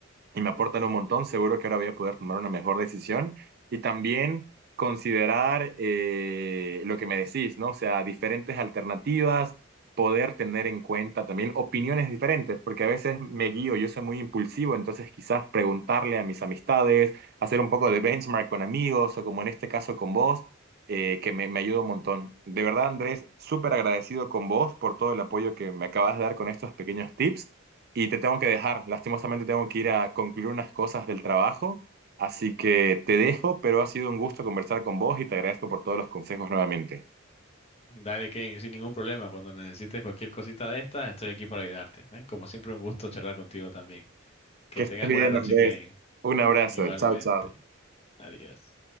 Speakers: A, on the right; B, on the left.
A: y me aportan un montón, seguro que ahora voy a poder tomar una mejor decisión y también considerar eh, lo que me decís, ¿no? O sea, diferentes alternativas, poder tener en cuenta también opiniones diferentes, porque a veces me guío, yo soy muy impulsivo, entonces quizás preguntarle a mis amistades, hacer un poco de benchmark con amigos o como en este caso con vos. eh, que me, me ayuda un montón. De verdad, Andrés, súper agradecido con vos por todo el apoyo que me acabas de dar con estos pequeños tips. Y te tengo que dejar, lastimosamente tengo que ir a concluir unas cosas del trabajo, así que te dejo, pero ha sido un gusto conversar con vos y te agradezco por todos los consejos nuevamente.
B: Dale, Kevin, sin ningún problema. Cuando necesites cualquier cosita de estas, estoy aquí para ayudarte, ¿eh? Como siempre, un gusto charlar contigo también. Que
A: Que estés
B: tengas
A: bien,
B: buena noche,
A: Andrés.
B: Kevin.
A: Un abrazo.
B: Igualmente.
A: Chao, chao.
B: Adiós.